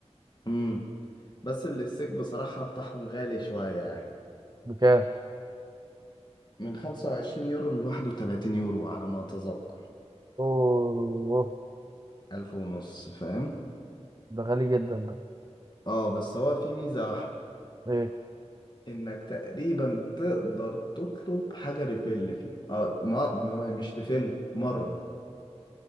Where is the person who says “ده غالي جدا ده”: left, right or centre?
Right